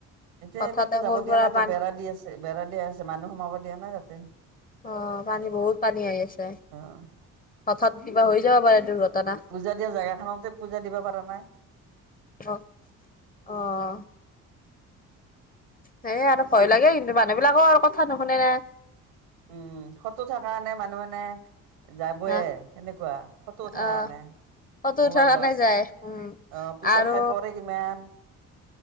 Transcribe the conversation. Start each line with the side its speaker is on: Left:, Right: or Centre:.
Right: এতিয়া
Left: হঠাতে
Right: তাতে যাব
Left: ক'ৰ
Right: দিয়া
Left: পৰা
Right: নাই
Left: পানী
Right: তো, বেৰা দি আছে। বেৰা দিয়া আছেস মানুহ সোমাব দিয়া নাই তাতে।
Left: অ', পানী বহুত পানী আহি আছে।
Right: অ
Left: হঠাৎ কিবা হৈ যাব পাৰে দুৰ্ঘটনা।
Right: পূজা দিয়া জেগাখনতে পূজা দিব পৰা নাই।
Left: অ', অ'। সেইয়াই আৰু ভয় লাগে, কিন্তু মানুহ বিলাকৰ আৰু কথা নুশুনে না।
Right: উম্, ফটো উঠা কাৰণে মানুহ মানে যাবয়ে,
Left: হা
Right: সেনেকুৱা। ফটো উঠা
Left: অ
Right: কাৰনে।
Left: ফটো
Right: মোবাইলত,
Left: উঠাৰ কাৰণে যায় উম
Right: অ'পিচল
Left: আৰু
Right: খাই পৰে কিমান।